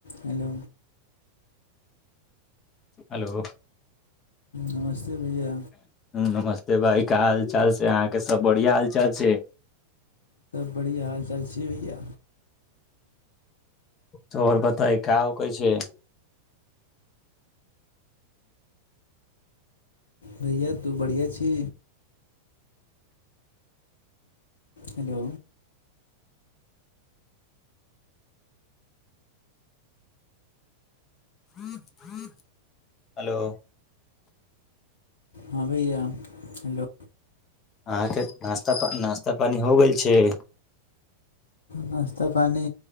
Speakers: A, on the left; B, on the left.
A: hello
B: hello
A: नमस्ते भैया
B: नमस्ते भाइ का हालचाल छै अहाँके सब बढ़ििया हालचाल छै
A: बड़ हाल चालची होए
B: तर बताइ काव कै छै ह
A: भैया तू बढ़िआँ छी हेलो
B: <inaudible> हेलो
A: हँ भैया हलो
B: अहाँके नास्ता पा नाश्ता पानी हो गेल छै
A: नाश्ता पानि